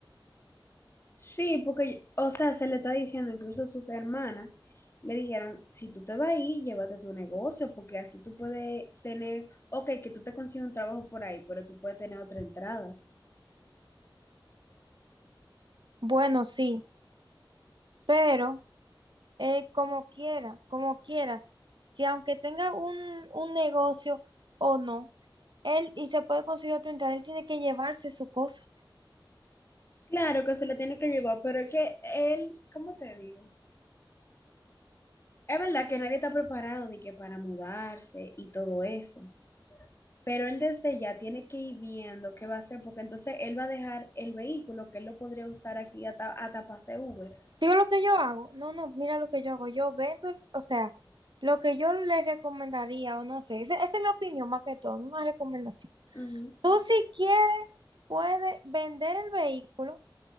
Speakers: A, on the left; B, on the right.
A: Sí, porque, o sea, se le está diciendo, incluso sus hermanas le dijeron, si tú te vas a ir, llévate tu negocio, porque así tú puedes tener, ok, que tú te consigues un trabajo por ahí, pero tú puedes tener otra entrada.
B: Bueno, sí, pero eh, como quiera, como quiera, si aunque tenga un, un negocio o no, él y se puede conseguir otra entrada, él tiene que llevarse su cosa.
A: Claro que se le tiene que llevar, pero es que él, ¿cómo te digo? Es verdad que nadie está preparado de que para mudarse y todo eso, pero él desde ya tiene que ir viendo qué va a hacer, porque entonces él va a dejar el vehículo que él lo podría usar aquí hasta, hasta para hacer Uber.
B: Digo lo que yo hago, no, no, mira lo que yo hago, yo vendo, el- o sea, lo que yo le recomendaría o no sé, ese- esa es mi opinión más que todo, no una recomendación.
A: Ujú,
B: Tú si quieres, puedes vender el vehículo